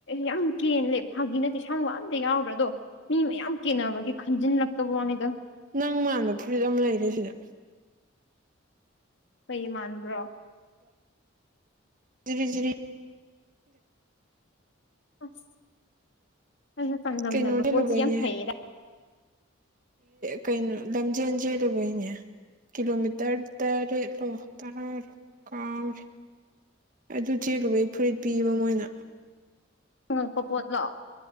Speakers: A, on the left; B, on the right.
A: ꯌꯥꯝ ꯀꯦꯟꯂꯦ ꯐꯥꯒꯤ ꯅꯠꯇꯦ ꯁꯝꯒ ꯑꯝꯇ ꯌꯥꯎꯈꯗ꯭ꯔꯦꯗꯣ ꯃꯤ ꯃꯌꯥꯝ ꯀꯦꯟꯅꯕꯒꯤ ꯈꯟꯖꯟ ꯂꯥꯛꯇꯕꯋꯥꯅꯤꯗ
B: ꯅꯪ ꯃꯥꯟꯕ ꯐꯨꯔꯤꯠ ꯑꯃ ꯂꯩꯔꯦ ꯁꯤꯗ
A: ꯐꯩ ꯃꯥꯟꯕ꯭ꯔꯣ
B: ꯑꯔꯤ <unintelligible>
A: ꯑꯁ ꯑꯩꯒ ꯆꯥꯡꯗꯝꯅꯕ
B: ꯀꯩꯅꯣ
A: ꯄꯣꯠꯁꯤ
B: ꯂꯨꯕꯩꯅꯦ
A: ꯌꯥꯝ ꯐꯩꯌꯦꯗ
B: ꯀꯩꯅꯣ ꯂꯝꯖꯦꯟ ꯆꯦꯜꯂꯨꯕꯩꯅꯦ ꯀꯤꯂꯣꯃꯤꯇꯔ ꯇꯔꯦꯠꯂꯣ ꯇꯔꯥꯔꯣ ꯀꯥꯎꯔꯦ ꯑꯗꯨ ꯆꯦꯜꯂꯨꯕꯩ ꯐꯨꯔꯤꯠ ꯄꯤꯌꯦꯕ ꯃꯣꯏꯅ
A: ꯐꯪꯉꯛꯄ ꯄꯣꯠꯂꯣ